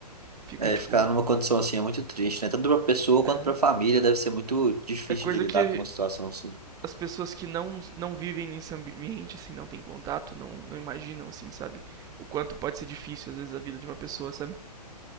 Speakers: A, on the right (about 15°); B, on the right (about 65°).
A: Fica
B: É,
A: tipo.
B: ficar numa condição assim é muito triste, né? Tanto pra pessoa
A: É,
B: quanto pra família deve ser muito difícil
A: é coisa
B: de lidar
A: que
B: com uma situação assim.
A: as pessoas que não, não vivem nesse ambiente, assim, não têm contato, não, não imaginam, assim, sabe? O quanto pode ser difícil, às vezes, a vida de uma pessoa, sabe?